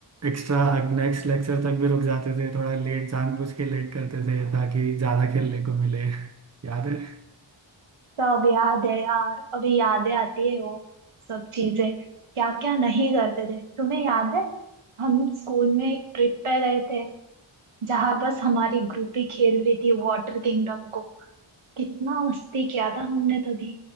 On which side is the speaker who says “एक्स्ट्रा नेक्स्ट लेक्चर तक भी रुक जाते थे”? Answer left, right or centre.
Right